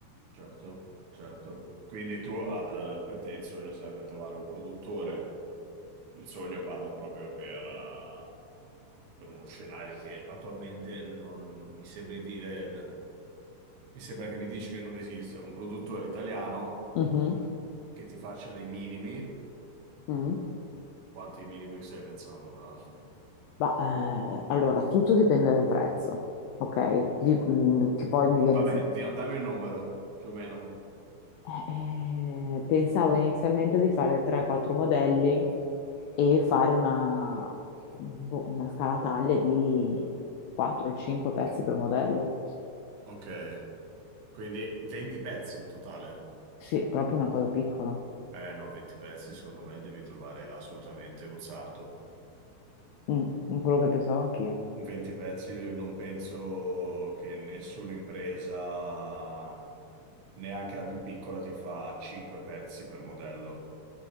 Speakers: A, on the right; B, on the left.
A: Certo, certo. Quindi tu, ad- eh, per te il sogno sarebbe trovare un produttore. Il sogno parlo proprio per, eh, per uno scenario che attualmente non mi sembri dire, mi sembra che mi dici che non esiste. Un produttore italiano
B: Mhm.
A: che ti faccia dei minimi.
B: Mm.
A: Quanti minimi stai pensando, tra l'altro?
B: Ma, eh, allora, tutto dipende dal prezzo, ok? Di- mm, che poi mi viene...
A: Vabbè, di- dammi un numero, più o meno.
B: Eh, eh, pensavo inizialmente di fare 3-4 modelli e fare una, boh, una scala taglia di 4-5 pezzi per modello.
A: Ok, quindi 20 pezzi in totale.
B: Sì, proprio una cosa piccola.
A: Eh no, 20 pezzi secondo me devi trovare assolutamente un sarto.
B: Mm, quello che pensavo anch'io.
A: 20 pezzi non penso che nessuna impresa, neanche la più piccola, ti fa 5 pezzi per modello.